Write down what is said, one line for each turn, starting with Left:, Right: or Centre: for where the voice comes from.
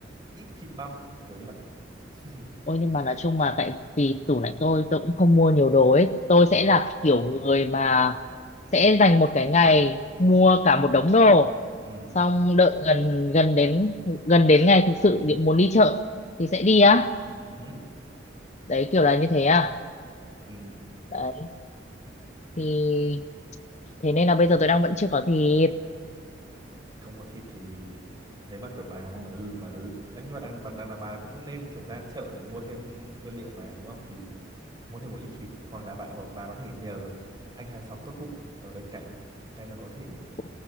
Right: ít thịt băm kiểu như vậy <laughs>
Left: Ôi nhưng mà nói chung mà tại vì tủ lạnh tôi tôi cũng không mua nhiều đồ ấy tôi
Right: ừ
Left: sẽ là kiểu người mà sẽ dành một cái ngày mua cả một đống đồ
Right: ừ
Left: xong đợi gần gần đến gần đến ngày thực sự đi- muốn đi chợ thì sẽ đi á
Right: ừ hứ,
Left: đấy kiểu là như thế à
Right: ừ
Left: đấy thì thế nên là bây giờ tôi đang vẫn chưa có thịt
Right: không có thịt thì nếu mà kiểu bà ừ, mà l- đang nhưng mà đang đang, đang là bà cũng nên kiểu ra chợ để mua thêm nguyên liệu mà đúng không thì mua thêm một ít thịt hoặc là bạn có- bà có thể nhờ anh hàng xóm tốt bụng ở bên cạnh xem là có thể
Left: Ừ.